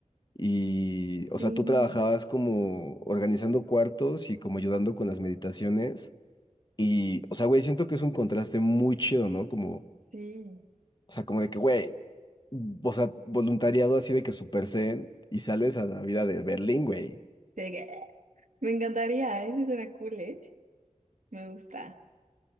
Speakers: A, on the left (about 35°); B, on the right (about 85°).
A: Y,
B: Sí,
A: o sea, tú trabajabas como organizando cuartos y como ayudando con las meditaciones. Y, o sea, güey, siento que es un contraste muy chido, ¿no? Como
B: sí.
A: O sea, como de que, güey, o sea, voluntariado así de que Super Zen y sales a la vida de Berlín, güey.
B: De que, <laughs> me encantaría, ese suena cool, ¿eh? Me gusta.